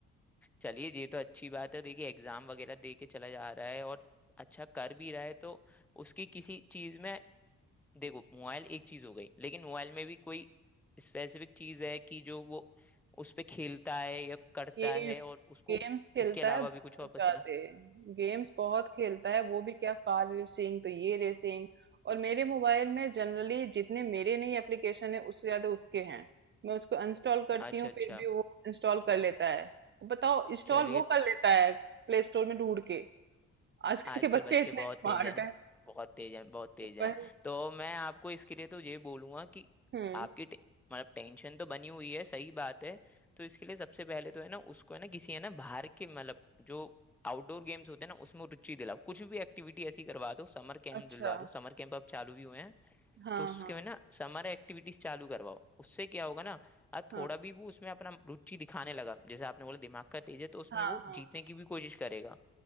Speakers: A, in the centre; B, on the right.
A: चलिए ये तो अच्छी बात है देखिए एग्जाम वगैरह दे के चला जा रहा है और अच्छा कर भी रहा है तो उसकी किसी चीज में देखो मोबाइल एक चीज हो गई लेकिन मोबाइल में भी कोई स्पेसिफिक चीज है कि जो वो उस पे खेलता है या करता
B: गेम
A: है और उसको
B: गेम्स खेलता
A: इसके अलावा
B: है बहुत
A: भी कुछ और पसंद
B: ज्यादा
A: है
B: गेम्स बहुत खेलता है वो भी क्या कार रेसिंग तो ये रेसिंग और मेरे मोबाइल में जनरली जितने मेरे नहीं एप्लीकेशन है उससे ज्यादा उसके हैं मैं उसको इंस्टॉल करती
A: अच्छा
B: हूँ
A: अच्छा
B: फिर भी वो इंस्टॉल कर लेता है तो बताओ इंस्टॉल
A: चलिए
B: वो कर लेता है प्ले स्टोर में ढूंढ के आजकल
A: आजकल
B: के बच्चे
A: बच्चे
B: इतने
A: बहुत
B: स्मार्ट
A: तेज हैं
B: हैं
A: बहुत तेज हैं बहुत तेज
B: तो
A: हैं
B: वही-
A: तो मैं आपको इसके लिए तो ये बोलूंगा कि
B: हम्म
A: आपकी टे- मतलब टेंशन तो बनी हुई है सही बात है तो इसके लिए सबसे पहले तो है ना उसको है ना किसी है ना बाहर के मतलब जो आउटडोर गेम्स होते हैं ना उसमें रुचि दिलाओ कुछ भी एक्टिविटी ऐसी करवा दो समर कैंप
B: अच्छा
A: दिलवा दो समर कैंप अब चालू भी हुए हैं
B: हाँ
A: तो उसके
B: हाँ
A: में ना समर एक्टिविटीज चालू करवाओ उससे क्या होगा ना आज
B: हाँ
A: थोड़ा भी वो उसमें अपना रुचि दिखाने लगा जैसे आपने बोला दिमाग का तेज है तो उसमें
B: हाँ
A: वो
B: हाँ
A: जीतने की भी कोशिश करेगा